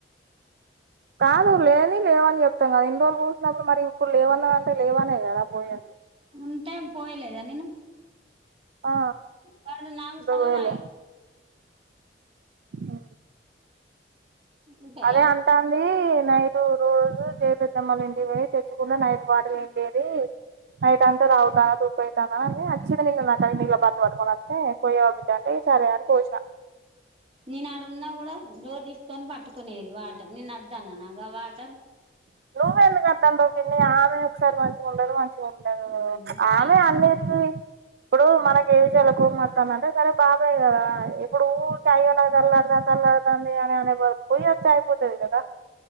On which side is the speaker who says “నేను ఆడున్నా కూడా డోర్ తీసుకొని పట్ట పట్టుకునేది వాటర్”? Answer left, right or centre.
Right